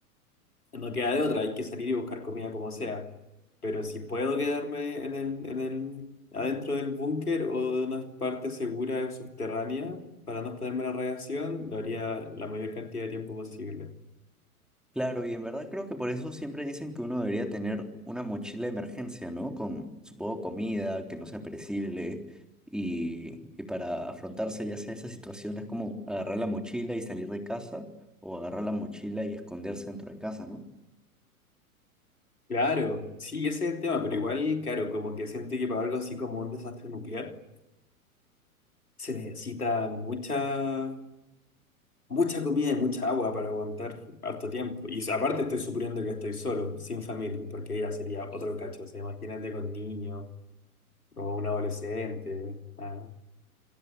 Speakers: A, on the left; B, in the centre.
A: No queda de otra, hay que salir y buscar comida como sea. Pero si puedo quedarme en el, en el, adentro del búnker o de una parte segura o subterránea para no exponerme a la radiación, lo haría la mayor cantidad de tiempo posible.
B: Claro, y en verdad creo que por eso siempre dicen que uno debería tener una mochila de emergencia, ¿no? Con, supongo, comida que no sea perecible y, y para afrontarse ya sea esas situaciones como agarrar la mochila y salir de casa o agarrar la mochila y esconderse dentro de casa, ¿no?
A: Claro, sí, ese es el tema, pero igual, claro, como que siento que para algo así como un desastre nuclear se necesita mucha, mucha comida y mucha agua para aguantar harto tiempo. Y aparte estoy suponiendo que estoy solo, sin familia, porque ya sería otro cacho, o sea, imagínate con niños. O un adolescente. ah,